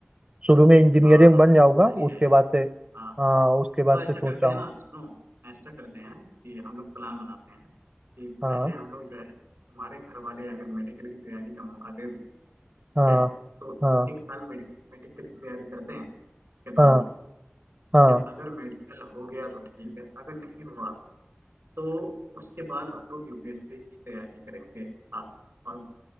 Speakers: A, on the right (about 35°); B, on the right (about 70°).
A: शुरू में इंजीनियरिंग
B: हाँ
A: बन जाऊंगा
B: सही
A: उसके
B: है
A: बाद से
B: हाँ
A: हाँ उसके बाद
B: तो ऐसा
A: से सोचा
B: करते हैं
A: हूँ
B: ना सुनो ऐसा करते हैं कि हम लोग प्लान बनाते हैं कि
A: हाँ
B: पहले हम लोग जो है तुम्हारे घर वाले अगर मेडिकल की तैयारी का मौका दे दिए ठीक
A: हाँ
B: है तो एक
A: हाँ
B: एक साल मेडिकल मेडिकल की तैयारी करते हैं ठीक है दोनों
A: हाँ
B: मिलकर
A: हाँ
B: ठीक है अगर मेडिकल हो गया तो ठीक है अगर नहीं हुआ तो उसके बाद हम लोग यूपीएससी की तैयारी करेंगे साथ में और